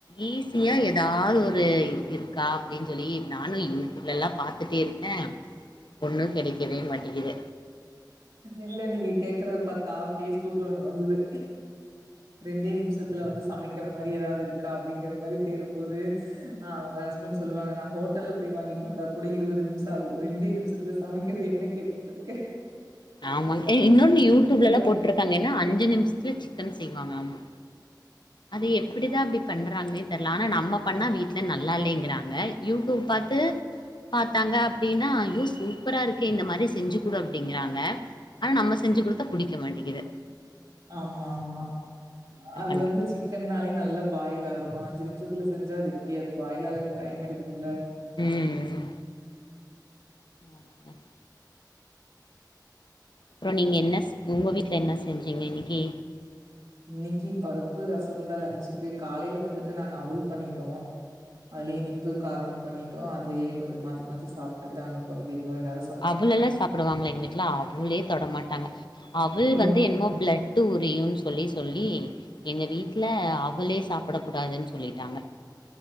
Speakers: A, on the left; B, on the right.
A: ஈ சியா ஏதாவது ஒரு இருக்கா அப்டின் சொல்லி நானும் யூடியூப்லல்லா பாத்துட்டே இருக்கன் ஒண்ணு கெடைக்கவே மாட்டிகிது
B: இல்ல நீங்க கேக்கறத பாத்தா பேஸ்புக்ல ஒண்ணு வந்தது ரெண்டே நிமிஷத்துல வந்து சமைக்கிற மாரி எதாவது இருக்கா அப்டிங்கிற மாரி தேடும்போது ஆ அவுங்க ஹஸ்பண்ட் சொல்லுவாங்க நா ஹோட்டல்ல போயி வாங்கிட்டு வந்தா கூட இருவது நிம்ஷம் ஆகும் ரெண்டே நிமிஷத் துல சமைக்கிறது என்ன கேட்டுருக்க
A: ஆமாங் ஏ இன்னொன்னு யூடியூப்லலா
B: மாரி
A: போட்டுருக்காங்க என்னா அஞ்சி நிமிஷத்துல சிக்கன் செய்வாங்கலாமா அது எப்டிதா அப்டி பண்றாங்கன்னே தெர்ல ஆனா நம்ம பண்ணா வீட்ல நல்லா இல்லைங்கிறாங்க யூடியூப் பாத்து பாத்தாங்க அப்டின்னா ஐயோ சூப்பரா இருக்கே இந்த மாரி செஞ்சிக்குடு அப்டிங்கிறாங்க ஆனா நம்ம செஞ்சிக்குடுத்தா புடிக்க மாட்டிகிது
B: ஆமா ஆமா
A: என்ன
B: அது
A: பண்றது?
B: வந்து சிக் கன்னாலே நல்லா பாயில் ஆகணும் அஞ்சி நிமிஷத்துல செஞ்சா அது எப்டி அது பாயில் ஆகறதுக்கு டைம் எடுக்குல்ல
A: ம் ம் ஆமாங்க அப்புறோ நீங்க என்ன உங்க வீட்ல என்ன செஞ்சிங்க இன்னிக்கி
B: இன்னைக்கி பருப்பு ரசம்தா லன்ச்சிக்கு காலையில வந்துட்டு நாங்க அவல் பண்ணிட்டோம் அதுலயே இனிப்பு காரம் பண்ணிட்டோம் அதுலயே கொஞ்சம் மாத்தி மாத்தி சாப் ட்டுடாங்க கொழந்தைங்க எல்லா
A: அவுளு எல்லாம் சாப்டுவாங்கள எங்க வீட்ல அவுளே தொட மாட்டாங்க அவுள்
B: ஓ
A: வந்து என்னமோ பிளடு உரியுன் சொல்லி சொல்லி எங்க வீட்ல அவுலே சாப்ட கூடாதுன் சொல்லிட்டாங்க